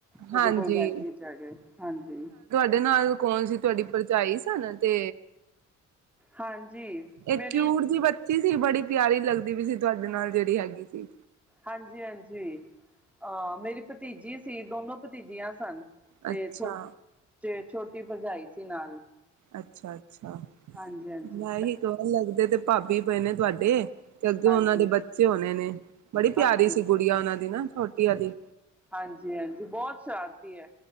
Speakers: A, in the centre; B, on the right (about 70°).
A: ਉਹਦੇ
B: ਹਾਂਜੀ
A: ਕੋਲ਼ ਬੈਠਗੀ ਜਾ ਕੇ ਹਾਂਜੀ।
B: ਇਹਦੇ ਨਾਲ ਕੌਣ ਸੀ ਤੁਹਾਡੀ ਭਰਜਾਈ ਸਨ ਤੇ
A: ਹਾਂਜੀ
B: ਇਹ
A: ਮੇਰੀ
B: ਕਿਊੂਟ ਜੀ ਬਚ- ਚੀ ਸੀ ਬੜੀ ਪਿਆਰੀ ਲੱਗਦੀ ਵੀ ਸੀ ਤੁਹਾਡੇ ਨਾਲ ਜਿਹੜੀ ਹੈਗੀ ਸੀ।
A: ਹਾਂਜੀ ਹਾਂਜੀ। ਅਹ ਮੇਰੀ ਭਤੀਜੀ ਸੀ ਦੋਨੋ ਭਤੀਜੀਆਂ ਸਨ। ਤੇ
B: ਅੱਛਾ
A: ਛੋ ਛੋਟੀ ਭਰਜਾਈ ਸੀ ਨਾਲ।
B: ਅੱਛਾ ਅੱਛਾ।
A: ਹਾਂਜੀ ਹਾਂਜੀ
B: ਮੈਂ ਵੀ ਕਵਾ ਲਗਦੇ ਤੇ ਭਾਬੀ ਪਏ ਨੇ ਤੁਹਾਡੇ। ਤੇ ਅੱਗੇ
A: ਹਾਂਜੀ
B: ਉਹਨਾਂ ਦੇ ਬੱਚੇ ਹੋਣੇ ਨੇ ਬੜੀ ਪਿਆਰੀ
A: ਹਾਂਜੀ
B: ਸੀ ਗੁੜੀਆਂ ਉਹਨਾਂ ਦੀ ਨਾ ਛੋਟੀ ਆਲੀ।
A: ਹਾਂਜੀ-ਹਾਂਜੀ ਬਹੁਤ ਸ਼ਰਾਰਤੀ ਏ।